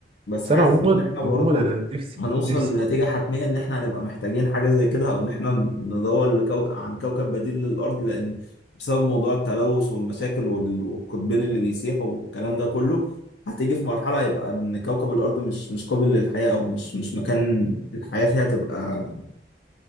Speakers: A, on the left (about 75°); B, on the right (about 30°).
A: بس
B: بس
A: حاسس
B: انا عموما
A: ان احنا برضو
B: عموما انا نفسي
A: هنوصل
B: نفسي
A: لنتيجة حتمية ان احنا هنبقى محتاجين حاجة زي كده او ان احنا ندور لكو... عن كوكب بديل للارض لان بسبب موضوع التلوث والمشاكل وال... والقطبين اللي بيسيحوا والكلام ده كله هتيجي في مرحلة هيبقى ان كوكب الارض مش مش قابل للحياة او مش مش مكان الحياة فيها تبقى